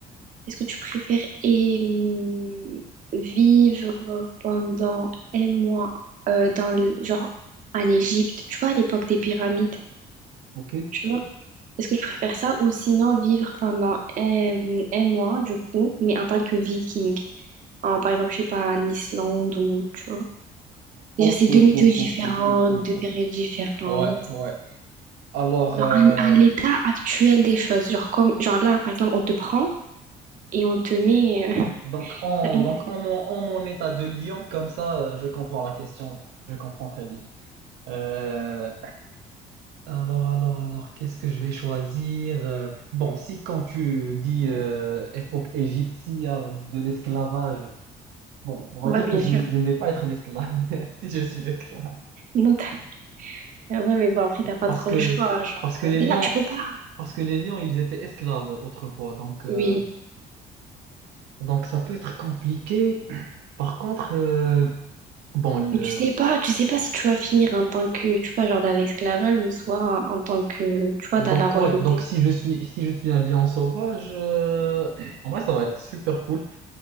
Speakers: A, on the right (about 50°); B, on the right (about 85°).
A: est-ce que tu préfères et, hum, vivre pendant un mois euh, dans le genre en Égypte, tu vois, à l'époque des pyramides,
B: Ok. <laughs>
A: tu vois? Est-ce que tu préfères ça ou sinon vivre pendant un, mmh, un mois, du coup, mais en tant que viking, en par exemple, je sais pas, en Islande ou tu vois?
B: Ouf,
A: Déjà, c'est deux
B: ouf,
A: météos
B: ouf,
A: différentes,
B: ouf, ouf, ouf, ouf,
A: deux
B: ouf.
A: périodes différentes.
B: Ouais, ouais. Alors,
A: Genre,
B: euh,
A: à, à l'état actuel des choses. Genre, comme, genre là, par exemple, on te prend et on te met. euh,
B: donc,
A: <laughs>
B: en,
A: t'as une
B: donc
A: tête-
B: en, mon, en mon état de lion, comme ça, euh, je comprends la question. Je comprends très bien. Euh, Alors, alors, alors, qu'est-ce que je vais choisir? Euh, Bon, si quand tu dis euh, époque égyptienne de l'esclavage, bon, on va
A: Ouais,
B: dire
A: bien
B: que je,
A: sûr.
B: je ne vais pas être l'esclave, <laughs> si je suis l'esclave.
A: Non, t'as- Ah ouais, mais bon, après, t'as pas
B: Parce
A: trop
B: que
A: le
B: les,
A: choix. Genre,
B: parce que
A: euh,
B: les
A: là,
B: lions,
A: tu peux pas.
B: parce que les lions, ils étaient esclaves autrefois, donc, euh,
A: Oui.
B: donc ça peut être compliqué. Par contre, euh, bon, le-
A: Mais tu sais pas, tu sais pas si tu vas finir en tant que, tu vois, genre dans l'esclavage ou soit en tant que, tu vois,
B: donc
A: dans la royauté.
B: ouais, donc si je suis, si je suis un lion sauvage, euh, en vrai, ça va être super cool.